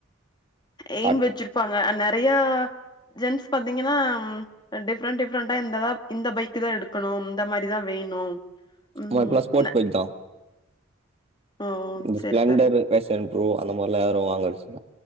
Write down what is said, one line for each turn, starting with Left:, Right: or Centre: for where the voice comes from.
Left: எய்ம்
Right: தாட்டு
Left: வச்சிருப்பாங்க அ நெறையா ஜென்ஸ் பாத்தீங்கன்னா டிஃப்ரெண்ட் டிஃப்ரெண்ட்டா இந்ததா இந்த பைக்கு தா எடுக்கணு இந்த மாரிதா வேணு ம்
Right: மா இப்போல ஸ்போர்ட்ஸ்
Left: ந
Right: பைக் தா
Left: ஓ
Right: இந்த
Left: செரி
Right: ஸ்பெளண்டரு
Left: செரி
Right: ஃபேஷன் ப்ரோ அந்த மாரிலா யாரு வாங்கடுச்சுத